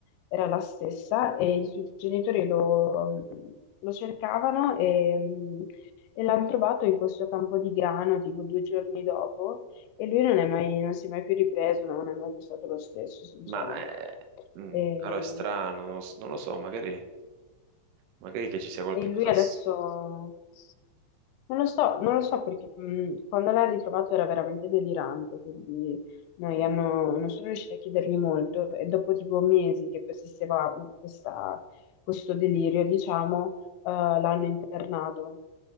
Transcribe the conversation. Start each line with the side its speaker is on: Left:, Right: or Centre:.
Left: era la stessa e i suoi genitori lo, lo cercavano e e l'hanno trovato in questo campo di grano tipo due giorni dopo e lui non è mai- non si è mai più ripreso, no, non è mai più stato lo stesso, sinceramente.
Right: Ma eh, mm,
Left: E,
Right: però è strano, non lo, s- non lo so, magari, magari che ci sia qualche
Left: e lui
Right: cosa.
Left: adesso
Right: s-
Left: non lo so, non lo so perché mh, quando l'ha ritrovato era veramente delirante, quindi noi
Right: Mm.
Left: hanno- non sono riusciti a chiedergli molto e dopo tipo mesi che persisteva mh, questa- questo delirio, diciamo, eh, l'hanno internato.